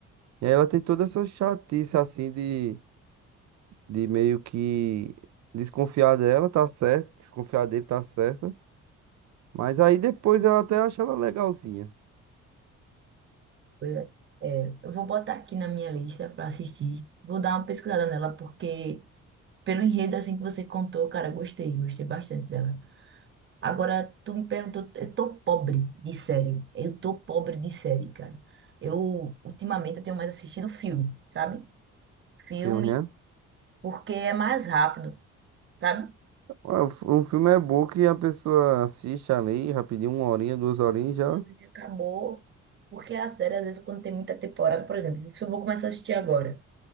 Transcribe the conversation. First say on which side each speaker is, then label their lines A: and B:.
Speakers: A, on the right (about 65°); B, on the right (about 40°).
A: E aí ela tem toda essa chatice assim de. de meio que desconfiar dela, tá certo, desconfiar dele, tá certo. Mas aí depois ela até acha ela legalzinha.
B: Pois É, <laughs> É, eu vou botar aqui na minha lista pra assistir. Vou dar uma pesquisada nela, porque pelo enredo, assim que você contou, cara, gostei, gostei bastante dela. Agora, tu me perguntou, eu tô pobre de série. Eu tô pobre de série, cara. Eu, ultimamente, eu tenho mais assistido filme, sabe? Filme,
A: Filme, né?
B: porque é mais rápido, sabe?
A: Ué, o fi- Um filme é bom que a pessoa assiste ali rapidinho, uma horinha, duas horinhas já.
B: O anime Acabou, porque a série, às vezes, quando tem muita temporada, por exemplo, se eu vou começar a assistir agora,